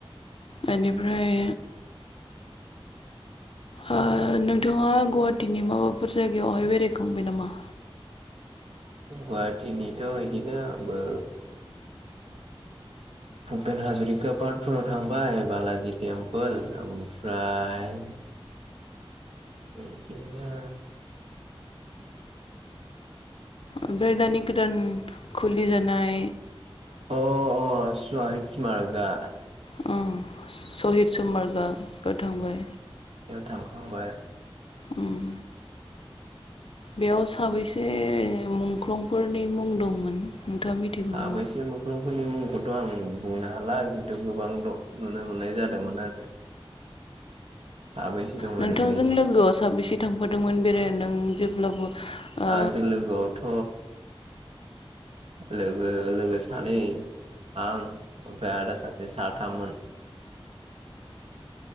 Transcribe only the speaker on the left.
बेनिफ्राय ओ नोंथाङा गुवाहाटिनि माबाफोर जायगायावहाय बेरायखांबाय नामा?
ओमफ्राय दानि गोदान खुलि जानाय
अ सहित समारगा। थांबाय
उम बेयाव साबैसे मुंख्लंफोरनि मुं दंमोन? नोंथाङा मिथिगौ
नामा?
नोंथांजों
लोगोआव साबेसे थांफादोंमोन बेराय नों जेब्लाबो ओ